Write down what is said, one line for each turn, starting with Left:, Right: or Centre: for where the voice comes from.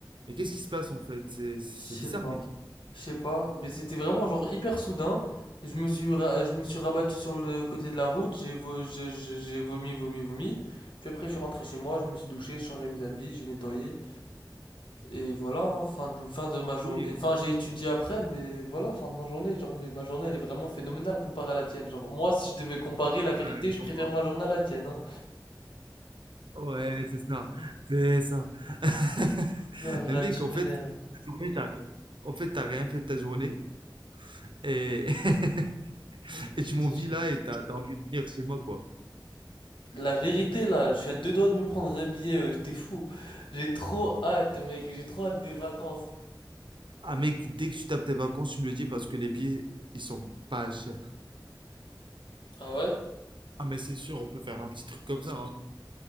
Right: mais qu'est-ce qui se passe en fait? C'est c'est
Left: sais
Right: bizarre,
Left: pas.
Right: mec.
Left: Je sais pas, mais c'était vraiment genre hyper soudain. Je me suis ra- je me suis rabattu sur le côté de la route, j'ai vo- j'ai j'ai- j'ai vomi, vomi, vomi. Puis après, je suis rentré chez moi, je me suis douché, j'ai changé mes habits, j'ai nettoyé. Et voilà, hein, fin de, fin de ma journée.
Right: Oui, oui.
Left: Enfin, j'ai étudié après, mais voilà, fin de ma journée. Genre, mais ma journée, elle est vraiment phénoménale comparée à la tienne. Genre, moi, si je devais comparer la
Right: bah,
Left: vérité,
Right: je
Left: je
Right: comprends.
Left: préfère ma journée à la tienne, hein.
Right: Ouais, c'est ça. C'est ça. <laughs>
Left: Ah là, là,
Right: Mais mec,
Left: tu
Right: en
Left: m'énerves.
Right: fait, ta journée, t'as, en fait, t'as rien fait de ta journée et, <laughs> et
Left: Je
Right: tu m'envies
Left: te jure.
Right: là et t'as t'as envie de venir chez moi, quoi.
Left: La vérité, là, je suis à deux doigts de me prendre un billet, ouais, j'étais fou. J'ai trop hâte, mec, j'ai trop hâte des vacances.
Right: Ah, mec, dès que tu tapes tes vacances, tu me le dis parce que les billets, ils sont pas chers.
Left: Ah ouais?
Right: Ah, mais c'est sûr, on peut faire un petit truc comme ça, hein.